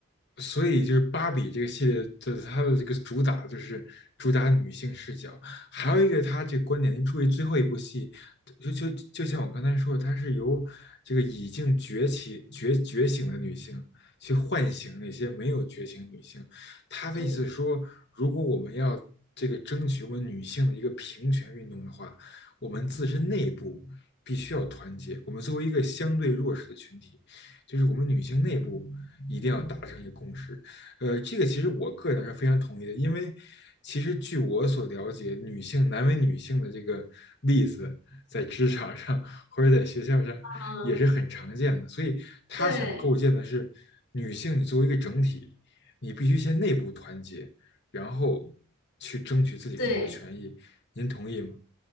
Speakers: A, on the left; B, on the left.
A: 所以就是芭比这个系列的它的这个主打就是主打女性视角，还有一个它这个观点，您注意最后一部戏，就就就像我刚才说的，它是由这个已经崛起觉觉醒的女性去唤醒那些没有觉醒女性。他的意思是说，
B: 嗯
A: 如果我们要这个争取我们女性的一个平权运动的话，我们自身内部必须要团结。我们作为一个相对弱势的群体，就是我们女性内部。一定要达成一个共识。呃，这个其实我个人是非常同意的，因为其实据我所了解，女性难为女性的这个例子，在职场上或者在学校上也是很常见的。
B: 嗯，
A: 所以他想构建的是，
B: 对
A: 女性你作为一个整体，你必须先内部团结，然后去争取自己更多权益。
B: 对。
A: 您同意吗？